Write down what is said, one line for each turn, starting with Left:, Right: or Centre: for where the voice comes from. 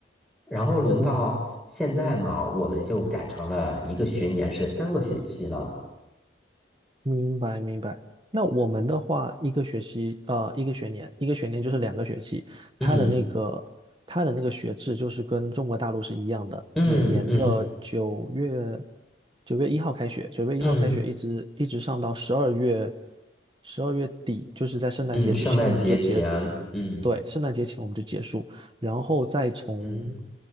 Centre: 然后轮到现在嘛，
Right: 嗯，
Centre: 我们就改成了一个学年是三个学期了。
Right: 明白明白。那我们的话，一个学期，呃，一个学年，一个学年就是两个学期，
Centre: 嗯
Right: 它的那个它的那个学制就是跟中国大陆是一样的，
Centre: 嗯嗯
Right: 每年的九月九月一号开学，九月一号开学一直一直上到十二月
Centre: 嗯
Right: 十二月底，就是在圣诞节之前我们就结，
Centre: 嗯，圣诞节前，嗯
Right: 对，圣诞节前我们就结束，然后再从
Centre: 嗯